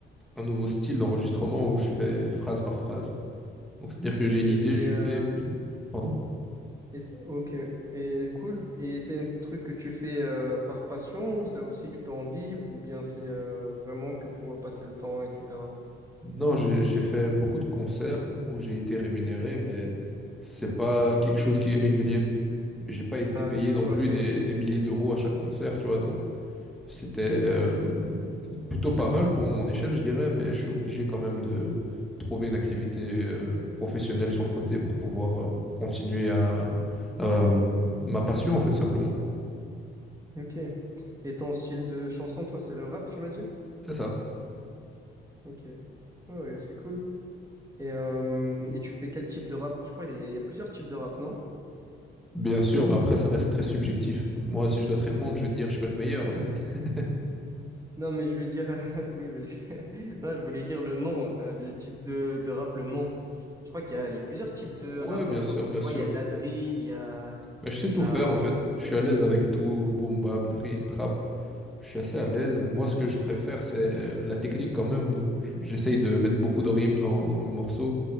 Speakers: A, in the centre; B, on the right.
A: un nouveau style d'enregistrement où je fais phrase par phrase. Donc, c'est-à-dire que j'ai une
B: Et
A: idée,
B: c'est
A: j'y
B: euh,
A: vais, et puis... Pardon?
B: Et c'est- ok, et cool. Et c'est un truc que tu fais euh, par passion ou ça aussi tu peux en vivre ou bien c'est euh, vraiment que pour euh, passer le temps, etc.
A: Non, j'ai j'ai fait beaucoup de concerts où j'ai été rémunéré, mais c'est pas quelque chose qui est régulier. Et J'ai pas été
B: Ah,
A: payé
B: du coup,
A: non plus
B: ok,
A: des, des milliers d'euros à chaque concert, tu vois, donc C'était euh, plutôt pas mal pour mon échelle, je dirais, mais je suis obligé quand même de trouver une activité euh, professionnelle sur le côté pour pouvoir euh, continuer à, à euh, ma passion, en fait, simplement.
B: ok. Et ton style de chanson, toi, c'est le rap, tu m'as dit?
A: C'est ça.
B: Ok, ouais, ouais, c'est cool. Et, euh, et tu fais quel type de rap? Je crois qu'il y, a il y a plusieurs types de rap, non?
A: Bien sûr, bah après, ça reste très subjectif. Moi, si je dois te répondre, je vais te dire je fais le meilleur, mais... <laughs>
B: Non, mais je veux dire, <laughs> oui, mais je... <laughs> non, je voulais dire le nom, enfin, le type de, de rap, le nom. Je crois qu'il y a, il y a plusieurs types de
A: Ouais,
B: rap dans
A: bien
B: le sens
A: sûr,
B: où
A: bien
B: tu vois,
A: sûr.
B: il y a de la drill, il y a,
A: Mais je
B: il
A: sais
B: y a de
A: tout
B: la.
A: faire, en fait. Je suis à l'aise avec tout, boom, bap, drill, trap. je suis assez à l'aise. Moi, ce que je préfère, c'est euh, la technique quand même. Donc, j- j'essaye de mettre beaucoup de rimes dans, dans mes morceaux